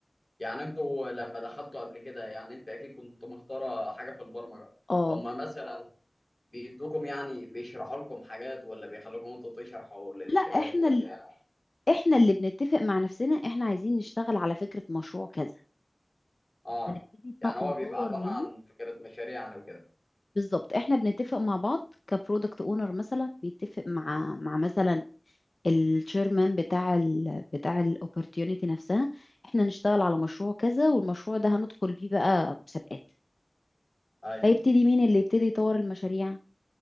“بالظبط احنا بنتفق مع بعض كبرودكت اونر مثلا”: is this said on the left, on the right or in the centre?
Left